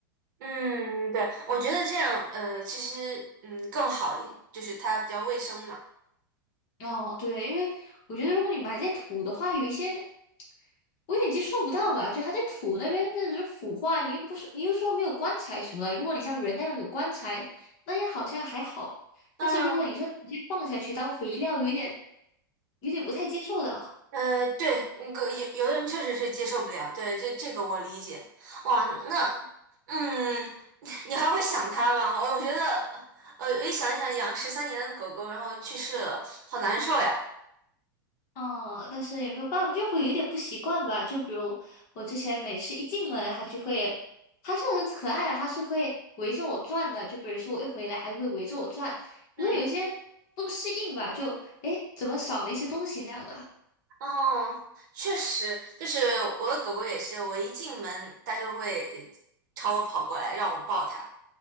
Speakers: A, on the right; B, on the left.
A: 嗯，对，我觉得这样，呃，其实，嗯，更好一，就是它比较卫生嘛。
B: 哦，对，因为我觉得如果你买在土的话，有一些。我有点接受不到吧？就还在土那边，那只是腐化，你又不是，你又说没有棺材什么的。如果你像人那样有棺材，那也好像还好。但是如果你说直接放下去当肥料，
A: 嗯，
B: 有一点有点不太接受的。
A: 呃，对，嗯个有有的人确实是接受不了，对，这这个我理解。哇，那，嗯，你你还会想它吗？我我觉得，呃，一想一想，养十三年的狗狗，然后去世了，好难受呀。
B: 哦，但是也没有办法，就会有点不习惯吧。就比如我之前每次一进门，它就会，它是很可爱的，它是会围着我转的。就比如说我一回来，还会围着我转，因为有一些不适应吧，
A: 嗯，
B: 就诶，怎么少了一些东西那样的。
A: 哦，确实，就是我的狗狗也是，我一进门，它就会朝我跑过来，让我抱它。